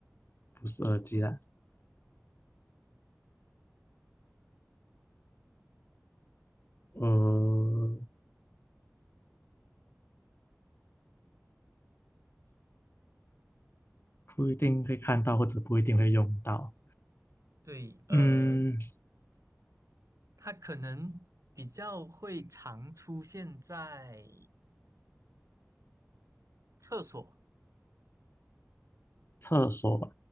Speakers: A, on the left; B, on the right.
A: 不是耳机啦，呃，不一定会看到，或者不一定会用到。
B: 对，呃，
A: 嗯，
B: 它可能比较会常出现在厕所，
A: 厕所吧，